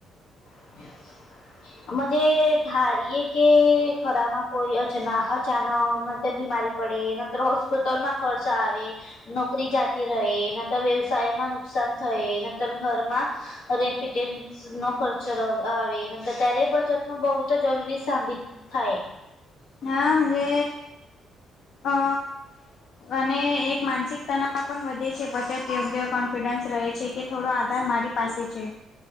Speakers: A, on the left; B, on the left.
A: <inaudible> આમાં જે ધાર્યે કે ખોરામાં કોઈ અચના અચાનક કસે થી બીમારી. પડે ન તો હોસ્પિટલમાં ખર્ચ આવે નોકરી જાતી રહે ન તો વ્યવસાયમાં પણ. નુકસાન થય નતર ઘરમાં રેપીટેન્સનો પણ. જ આવે નિતો ત્યારે બચત નું બહુ તો જરૂરી સાબિત થાય.
B: હા અને અ અને એક માનસિકતાના. એમાં પણ વધે છે બછત યોગ્ય કોન્ફિડન્સ રહે છે. કે થોડો આધાર મારી પાસે છે